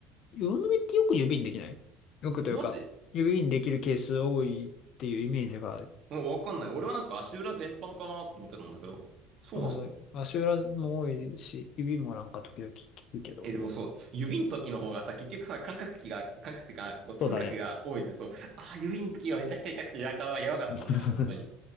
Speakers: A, on the left; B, on the right.
A: 魚の目ってよく指にできないよくというか、
B: え、マジ
A: 指にできるケース多いっていうイメージがある。
B: うん、わかんない。俺はなんか足裏全般かなと思ってたんだけど。そうなの
A: まあ、そう、足裏も多いし、指もなんか時々聞くけど。
B: え、でもそう、指の時の方がさ、結局さ、感覚器が、感覚ってか、こう、痛覚が多いじゃん。
A: そうだね。
B: そう。あー、指の時がめちゃくちゃ痛くて、やかはやばかったんだよね、
A: <laughs>
B: 本当に。